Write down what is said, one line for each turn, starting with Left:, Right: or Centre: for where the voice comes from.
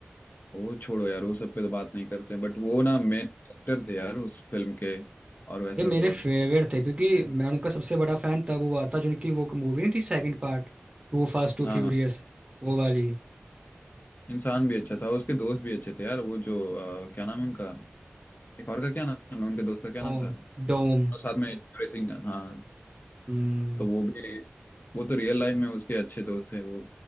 Left: वो छोड़ो यार वो सब पे तो बात नहीं करते बट वो ना मेन एक्टर थे यार उस फिल्म के और वैसा
Right: ये मेरे
Left: हुआ
Right: फेवरेट थे क्योंकि मैं उनका सबसे बड़ा फैन तब हुआ था जो उनकी वो मूवी नहीं थी second part two fast two
Left: हाँ
Right: furious
Left: हाँ।
Right: वो वाली
Left: इंसान भी अच्छा था उसके दोस्त भी अच्छे थे यार वो जो अ, क्या नाम है उनका एक और का क्या नाम है उनके दोस्त का क्या
Right: डोम
Left: नाम था
Right: डोम
Left: और साथ में ट्रेसिंग हाँ
Right: हम्म
Left: तो वो भी वो तो रियल लाइफ में उसके अच्छे दोस्त थे वो